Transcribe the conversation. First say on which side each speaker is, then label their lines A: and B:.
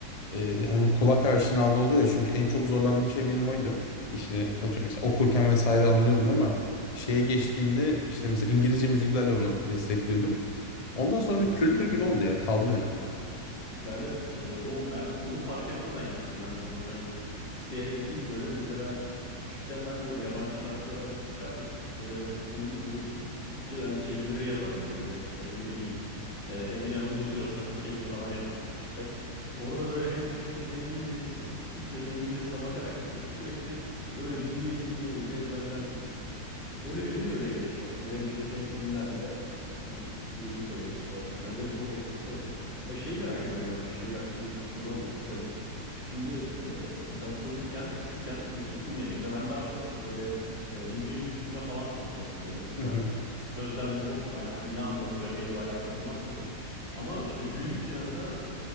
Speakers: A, on the left; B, on the left.
A: e, hani bu kulak aşinalığı oluyor çünkü en çok zorlandığım şey benim oydu. İşte atıyorum
B: Hı hı.
A: mesela okurken vesaire anlıyordum ama şeye geçtiğimde işte mesela İngilizce müziklerle onu destekliyordum. Ondan sonra
B: Listening
A: bir kültür
B: kısmındayım.
A: gibi oldu ya kaldı
B: Ya evet e, o ben onu fark etmeden yaptım ben de burada hani isteyerek değil böyle mesela küçükken ben de öyle yabancı şarkıları açardım. Böyle onun böyle Türk Türkçe hani çevirileri yazardım böyle direkt işte ne bileyim e, Eminem Lose Yourself çeviri falan yazardım küçükken. Orada böyle hem Türkçesine hem İngilizcesi, Türkçesine İngilizcesine bakarak böyle sürekli öyle dinleye dinleye böyle ezberlerdim. Öyle benim de öyle gelişti aslında. Hem işte hem filmlerle hem müzikle gelişti daha çok. Bence de çok etkisi var. Her şeyi merak ediyorum ben bir şey hakkındaki fikrini almak isterim. Şimdi e, mesela çocukken, küçükken müzik dinlediğimde ben daha çok böyle e, müziğin ritmine falan kapılırdım. Böyle mesela
A: öyle.
B: sözlerle çok hani ne anlatıyor, ne ediyor alakam olmazdı. Ama işte büyüdükçe mesela